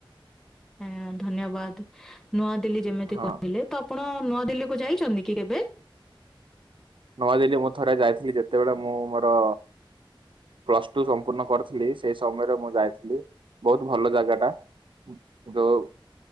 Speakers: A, in the centre; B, on the right (about 65°).
A: ହଁ ଧନ୍ୟବାଦ ନୂଆଦିଲ୍ଲୀ ଯେମିତି
B: ହଁ।
A: କହିଲେ ତ ଆପଣ ନୂଆଦିଲ୍ଲୀ କୁ ଯାଇଛନ୍ତି କି କେବେ?
B: ନୂଆଦିଲ୍ଲୀ ମୁଁ ଥରେ ଯାଇଥିଲି ଯେତେବେଳେ ମୁଁ ମୋର ପ୍ଲସ ଟୁ ସମ୍ପୂର୍ଣ୍ଣ କରିଥିଲି ସେଇ ସମୟରେ ମୁଁ ଯାଇଥିଲି ବହୁତ ଭଲ ଜାଗା ଟା। <unintelligible>